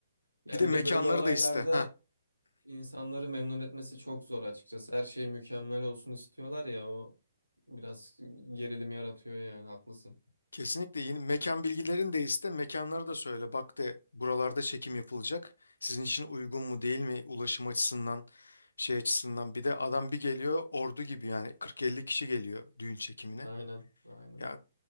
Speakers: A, on the right; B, on the left.
A: Ya
B: Bir de
A: bir
B: mekanları
A: de böyle olaylarda
B: da iste. Ha,
A: insanları memnun etmesi çok zor açıkçası. Her şey mükemmel olsun istiyorlar ya o biraz gerilim yaratıyor yani haklısın.
B: kesinlikle yeni mekan bilgilerini de iste. Mekanları da söyle. Bak de buralarda çekim yapılacak. Sizin için uygun mu değil mi ulaşım açısından, şey açısından. Bir de adam bir geliyor ordu gibi yani 40-50 kişi geliyor düğün çekimine.
A: Aynen aynen.
B: Ya